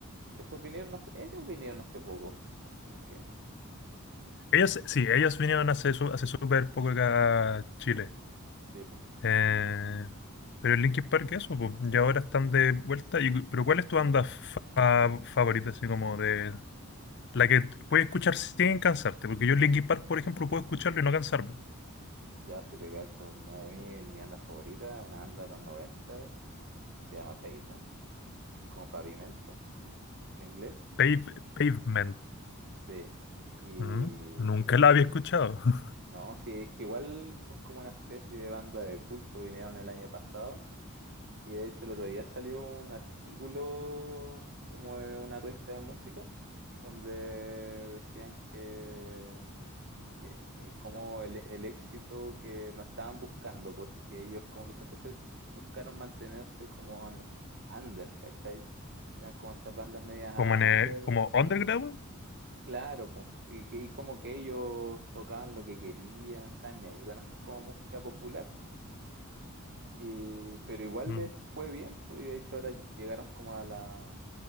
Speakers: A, on the right; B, on the left.
A: que esos vinieron hace, ellos vinieron hace poco, fueron los que,
B: Ellos, sí, ellos vinieron hace su- hace súper poco acá a Chile.
A: sí, pues,
B: Eh, pero el Linkin Park, eso, pues, y ahora están de vuelta. Y, pero ¿cuál es tu banda fa- favorita, así como de la que puedes escuchar sin cansarte? Porque yo Linkin Park, por ejemplo, puedo escucharlo y no cansarme.
A: ya si te cacho, una de mí, mi banda favorita, una banda de los 90 que se llama Pavement. como pavimento en inglés.
B: Pave- Pavement.
A: Sí. Y
B: ¿Mm? Nunca la había escuchado. <laughs>
A: no, sí, es que igual son como una especie de banda de culto, vinieron el año pasado. Y de hecho el otro día salió un artículo como de una revista de música donde decían que, que, que como el, el éxito que no estaban buscando, porque ellos como que siempre se buscaron mantenerse como en under, ¿cachai? Eran como esas bandas medias
B: Como en eh,
A: under,
B: como underground.
A: Claro, po, y, que- y como que ellos tocaban lo que querían, tan, y ahí iban a hacer como música popular. po. Y- pero igual
B: Mm.
A: les fue bien, pues, y de hecho ahora ll- llegaron como a la,